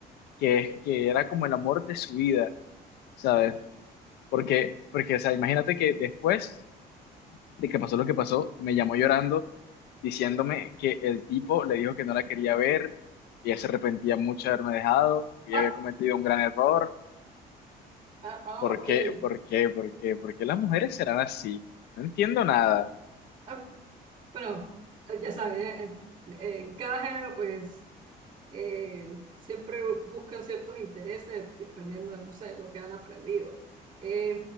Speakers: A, on the left; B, on the right.
A: que, que era como el amor de su vida. ¿sabes? Porque, porque, o sea, imagínate que después de que pasó lo que pasó, me llamó llorando diciéndome que el tipo le dijo que no la quería ver, que ella se arrepentía mucho de haberme dejado, que ella
B: Ah,
A: había cometido un gran error.
B: ah, ah,
A: ¿Por
B: ok.
A: qué? ¿Por qué? ¿Por qué? ¿Por qué las mujeres serán así? No entiendo nada.
B: Ah, bueno, eh, ya sabes, eh, eh, en cada género pues eh, siempre buscan ciertos intereses dependiendo de, no sé, lo que han aprendido. Eh,